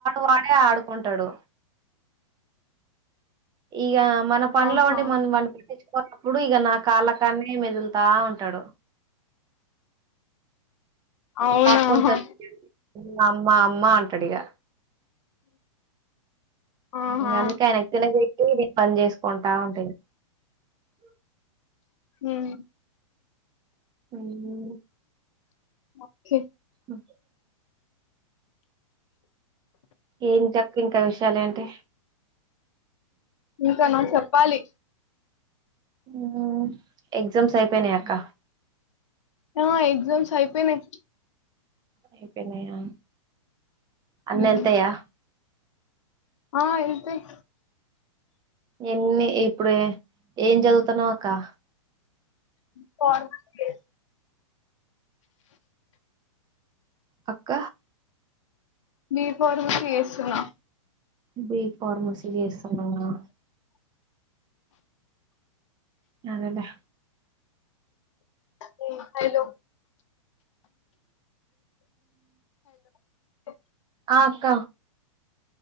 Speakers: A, on the right (about 25°); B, on the left (about 60°).
A: వాడే ఆడుకుంటాడు ఇగ మన పన్లో
B: ఆహా
A: ఉండి మనం వాడిని పట్టించుకోన్నప్పుడు ఇగ నా కాళ్ళ తాన్నీ మెదులుతా ఉంటాడు
B: అవునా
A: పాక్కుంటూ
B: ఆహా
A: వచ్చి అమ్మా అమ్మా అంటాడు ఇగ
B: ఆహా
A: ఇగ అందుకే ఆయన తిన్నగజేయ్ వేరే పని జేసుకుంటా ఉంటది
B: మ్మ్
A: అవునా
B: ఓకే
A: ఒకే ఏంటి అక్క ఇంకా విషయాలు ఏంటి
B: ఇంకా నా చెప్పాలి
A: మ్మ్ ఎగ్జామ్స్ అయిపోయినీ అక్క
B: ఆ ఎగ్జామ్స్ అయిపోయినయ్
A: అయిపోనీయ అన్ని
B: ఉమ్
A: ఎళ్తాయా
B: ఆ ఎళ్తయ్
A: ఎన్ని ఇప్పుడు ఏం చదువుతున్నావు అక్క
B: ఫార్మ కేస్
A: అక్క
B: బి. ఫార్మసీ చేస్తున్నా
A: బి. ఫార్మసీ చేస్తున్నామా అదేలే
B: హలో హలో <inaudible>
A: ఆ అక్క